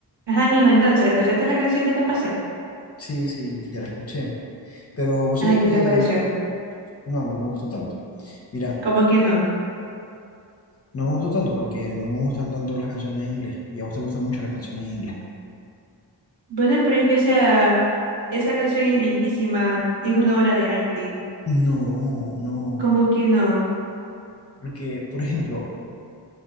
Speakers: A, on the right (about 70°); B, on the left (about 35°).
A: Ajá, mijo, entonces, ¿escuchaste la canción que te pasé?
B: Sí, sí, ya la escuché. Pero vos
A: Ay,
B: sabéis que
A: ¿qué te pareció?
B: no, no me gustó tanto. Mira,
A: ¿Cómo que no?
B: no me gustó tanto porque no me gustan tanto las canciones en inglés. Y a vos te gustan mucho las canciones en inglés.
A: Bueno, pero es que, o sea, esa canción es viejísima, es una obra de arte.
B: No, no.
A: ¿Cómo que no?
B: Porque, por ejemplo,